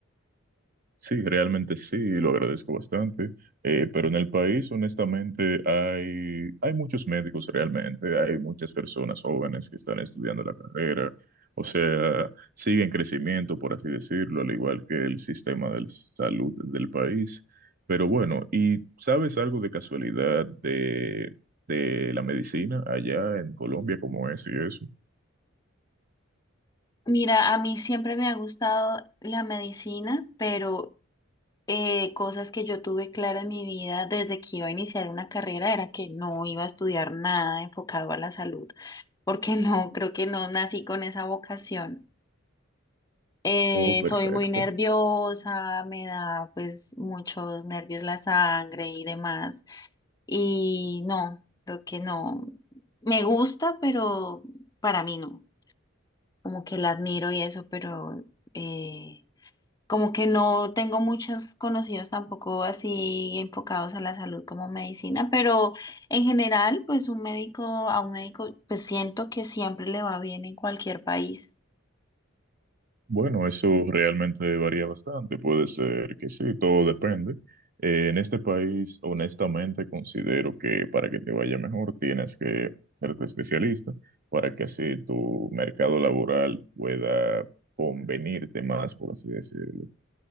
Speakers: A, on the right (about 45°); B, on the left (about 20°).
A: Sí, realmente sí, lo agradezco bastante, eh, pero en el país honestamente hay, hay muchos médicos realmente, hay muchas personas jóvenes que están estudiando la carrera, o sea, sigue en crecimiento, por así decirlo, al igual que el sistema de salud del país. Pero bueno, ¿y sabes algo de casualidad de, de la medicina allá en Colombia, cómo es y eso?
B: Mira, a mí siempre me ha gustado la medicina, pero eh, cosas que yo tuve clara en mi vida desde que iba a iniciar una carrera era que no iba a estudiar nada enfocado a la salud, porque <laughs> no, creo que no nací con esa vocación. Eh,
A: Oh, perfecto.
B: soy muy nerviosa, me da pues muchos nervios la sangre y demás, y no, creo que no. Me gusta, pero para mí no, como que la admiro y eso, pero... eh, Como que no tengo muchos conocidos tampoco así enfocados a la salud como medicina, pero en general, pues un médico, a un médico, pues siento que siempre le va bien en cualquier país.
A: Bueno, eso realmente varía bastante. Puede ser que sí, todo depende. Eh, en este país, honestamente, considero que para que te vaya mejor tienes que serte especialista para que así tu mercado laboral pueda convenirte más, por así decirlo.